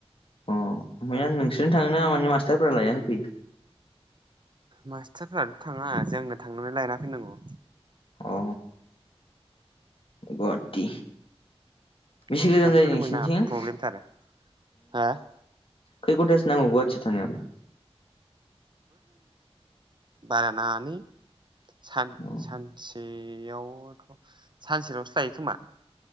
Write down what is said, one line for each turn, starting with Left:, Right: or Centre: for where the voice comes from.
Left: अ ओमफ्राय नोंसोरनो थाङोना माने मास्टारफोरा लायना होफैयो
Right: मास्टारफोरानो थाङा जोंनो थांनानै लायना फैनांगौ
Left: अ गुवाहाटि बेसे
Right: लेखाफोरखौनो
Left: गोजान जायो नोंसिोरनिथिं
Right: मोना प्रब्लेमथार हो
Left: खै घन्टासो नांगौ <inaudible>
Right: बारा नाङा <unintelligible> सानसे
Left: अ
Right: बेयावथ' सानसेल'सो लायो खोमा